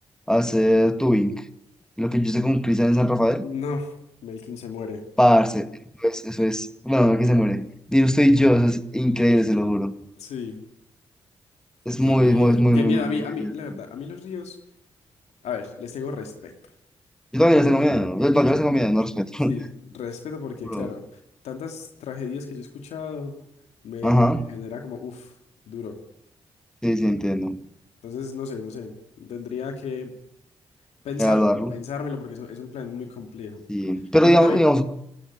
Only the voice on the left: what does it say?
No, Melkin se muere.
Sí,
qué
miedo.
Qué
miedo.
A mí,
a mí,
la verdad, a mí los ríos, a ver, les tengo respeto.
Sí,
respeto porque,
claro, tantas tragedias que yo he escuchado me,
me genera como, uff, duro.
Entonces, no sé, no sé. Tendría que pensármelo,
pensármelo porque es un es un plan muy complejo.
Y
contame,